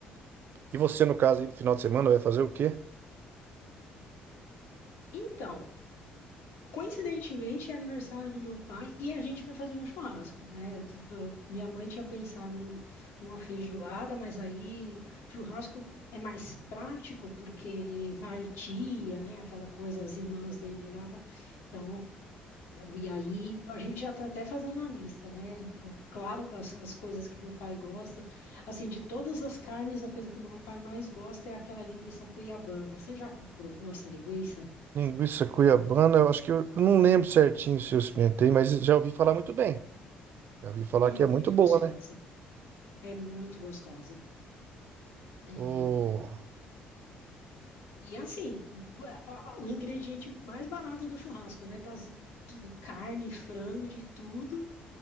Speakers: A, on the right; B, on the left.
A: E você, no caso, aí, no final de semana, vai fazer o quê?
B: Então, coincidentemente, é aniversário do meu pai e a gente vai fazer um churrasco, né? Eu- eu- Minha mãe tinha pensado num- numa feijoada, mas aí churrasco é mais prático porque vai tia, né? Aquela coisa, as irmãs dele lá. vai- Então, né? E aí a gente já está até fazendo a lista, né? Claro, com as, as coisas que meu pai gosta. Assim, de todas as carnes, a coisa que o meu pai mais gosta é aquela linguiça cuiabana. Você já provou essa linguiça?
A: Linguiça cuiabana, eu acho que eu, eu não lembro certinho se eu experimentei, mas já ouvi falar muito bem. Já ouvi falar
B: É
A: que
B: muito
A: é muito boa,
B: gostosa.
A: né?
B: É muito gostosa. É,
A: O...
B: E assim, o a- o ingrediente mais barato do churrasco, né? Das do carne, frango, de tudo.